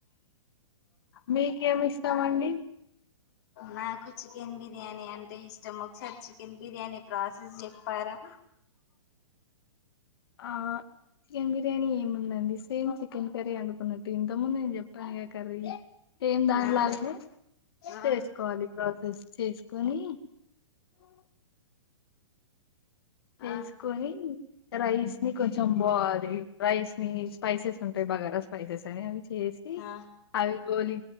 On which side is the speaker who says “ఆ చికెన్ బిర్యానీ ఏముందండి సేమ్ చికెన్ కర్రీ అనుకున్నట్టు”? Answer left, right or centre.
Left